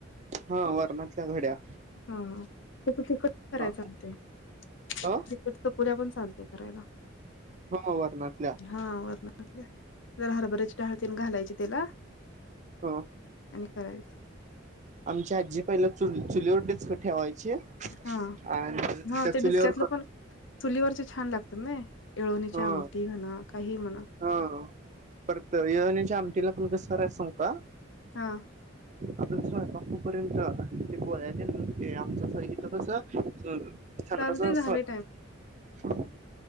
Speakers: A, on the right; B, on the left.
A: हा. वरणातल्या घड्या.
B: हा हा ते तिकट कराय
A: हा
B: चालतय, तिक
A: ह
B: चकूल्या पण चालतय करायला.
A: हो ना वरनातल्या.
B: हा वरनातल्या, जरा हरभऱ्याची डाळतीन घालायची त्याला
A: हो.
B: आणि करायचं.
A: आमची आजी पहिला, चुली चुलीवर डीचक ठेवायची आणि
B: हा हा
A: त्या
B: ते
A: चुलीवर
B: डिस्क्यातलं
A: करून
B: पण चुलीवरचे छान लागतात नाही. येळवणीची
A: हा
B: आमटी म्हणा, काही म्हणा.
A: हा परत येळवन्याच्या आमटीला पण, कस करायच सांगू का?
B: हा
A: आपल स्वयपाक होवू पर्यंत, ते पोळ्या तेन ते आमचं इथ कस?
B: चालते झालंय
A: <unintelligible>